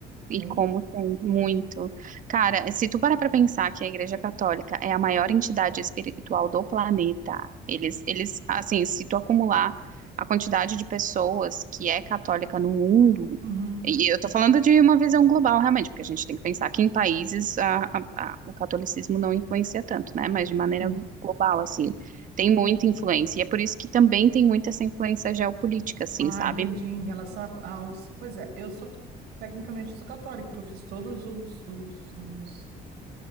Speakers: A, on the right (about 50°); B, on the right (about 80°).
A: E
B: tem?
A: como tem, muito. Cara, se tu parar pra pensar que a Igreja Católica é a maior entidade espiritual do planeta, eles, eles, assim, se tu acumular a quantidade de pessoas que é católica no mundo,
B: Uhum,
A: e eu tô falando de uma visão global, realmente, porque a gente tem que pensar que em países a, a- a- o catolicismo não influencia tanto, né? Mas de maneira
B: uhum.
A: global, assim, tem muita influência. E é por isso que também tem muita essa influência geopolítica, assim,
B: Ah,
A: sabe?
B: entendi, em relação a- aos... Pois é, eu sou, tecnicamente, eu sou católico porque eu fiz todos os, os, os,